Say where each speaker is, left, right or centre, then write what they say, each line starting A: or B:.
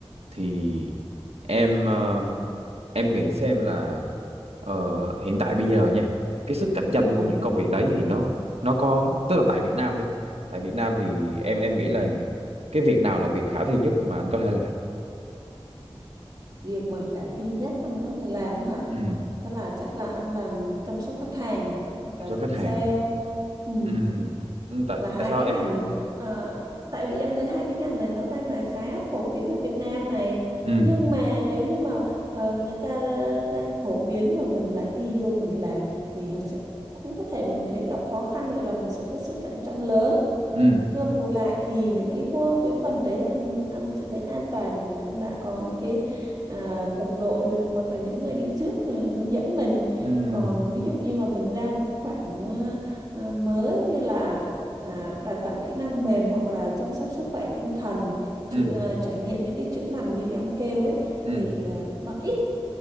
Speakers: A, on the right; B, on the right.
A: thì em ờ, em nghĩ xem là ờ, hiện tại bây giờ nha cái sức cạnh tranh
B: ừ
A: của những công việc đấy thì nó nó có tức là tại Việt Nam đi tại Việt Nam thì em em nghĩ là cái việc nào là việc khả thi nhất mà anh có thể làm
B: việc mà khả thi nhất anh có thể làm hả
A: Ừ.
B: đó là chắc là anh làm chăm sóc khách hàng hoặc là
A: cho khách hàng
B: sale ừ
A: ừ ừ, tại
B: là hai
A: tại sao
B: cái
A: em
B: ngành ờ, tại vì em thấy hai cái ngành này nó đang là khá phổ biến ở Việt Nam này
A: ừ
B: nhưng mà nếu như mà ờ, người ta ờ, đang phổ biến rồi mình lại đi vô mình làm thì họ sẽ cũng có thể mình sẽ gặp khó khăn gọi là mình sẽ có sự cạnh tranh lớn
A: ừ
B: nhưng mà bù lại thì những cái khu cái phần đấy ăn ăn sẽ thấy an toàn bởi vì ăn đã có những cái à, đồng đội rồi hoặc là những người đi trước à, hướng dẫn mình
A: ừ
B: còn ví dụ như mà mình ra một cái khoảng à, à, mới như là à, đào tạo kỹ năng mềm hoặc là chăm sóc sức khỏe tinh thần chữa,
A: ừ
B: à, trải nghiệm những cái chữa lành như em kêu ấy
A: ừ
B: thì à, nó ít